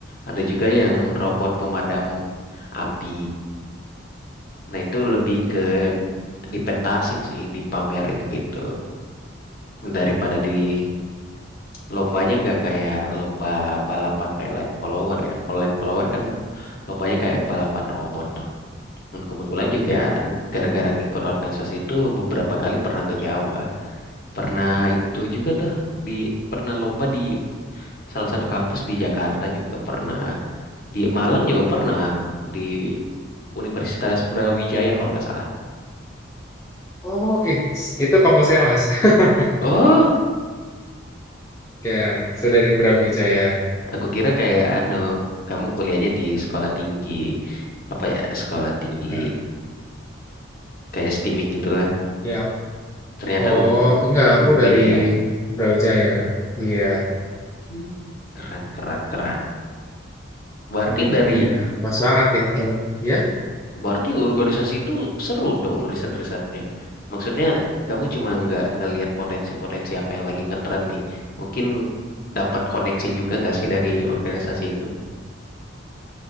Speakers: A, on the left; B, on the left.
A: Ada juga yang
B: Hmm.
A: robot pemadam api. Nah itu lebih ke dipentasin sih, dipamerin gitu. Daripada di Lombanya nggak kayak lomba balapan kayak line follower ya. Kalau line follower kan lombanya kayak balapan robot tuh. Dan kebetulan juga
B: Iya.
A: gara-gara ngikut organisasi itu beberapa kali pernah ke Jawa. Pernah itu juga tuh di pernah lomba di salah satu kampus di Jakarta juga pernah. Di Malang juga pernah aku di Universitas Brawijaya kalau nggak salah.
B: Oh, eh, itu kampus saya mas. <laughs>
A: Oh,
B: Ya, saya dari Brawijaya.
A: aku kira kayak anu, kamu kuliahnya di sekolah tinggi apa ya, sekolah tinggi
B: Nah,
A: kayak STIMIK gitu
B: ya.
A: Ternyata
B: Oh,
A: U-
B: enggak,
A: UB
B: aku dari
A: ya.
B: Brawijaya. Iya,
A: Hmm, Keren, keren, keren. Berarti dari,
B: iya, pas banget nih kebetulan. Ya,
A: berarti organisasi itu seru dong riset-risetnya. Maksudnya kamu cuma nggak ngelihat potensi-potensi apa yang lagi ngetren nih. Mungkin dapat koneksi juga nggak sih dari organisasi itu?